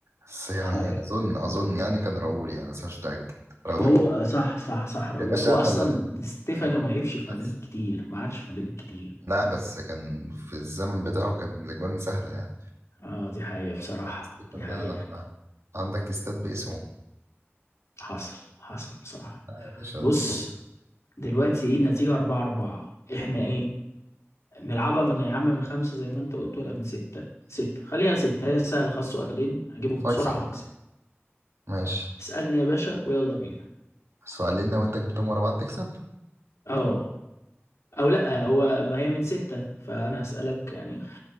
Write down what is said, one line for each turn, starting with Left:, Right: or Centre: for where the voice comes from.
Right: بس يعني
Left: تحاير
Right: اظن اظن يعني كان راؤول يعني بس مش متأكد راؤول
Left: هو آه، صح صح صح راؤول
Right: يا باشا
Left: هو
Right: انا
Left: أصلا
Right: اللي
Left: ستيفانو
Right: أيوه.
Left: ما لعبش في
Right: بس
Left: مدريد كتير ما عادش في مدريد كتير
Right: لا بس كان في الزمن بتاعه كان الاجوان سهلة يعني
Left: اه دي حقيقة بصراحة
Right: على ستيفانو
Left: دي حقيقة
Right: ده ده احنا عندك استاد باسمه
Left: حصل حصل بصراحة
Right: لا يا باشا
Left: بص
Right: اسطوره
Left: دلوقتي ايه النتيجة أربعة أربعة احنا ايه نلعبها من يا عم من خمسة زي ما انت قلت ولا من ستة ستة خليها ستة هي سهلة خلاص سؤالين هجيبهم
Right: فيصل
Left: بسرعة وأكسب
Right: ماشي
Left: اسألني يا باشا ويلا بينا
Right: سؤالين لو انت جبتهم ورا بعض تكسب
Left: اه أو لأ هو ما هي من ستة فأنا هسألك يعني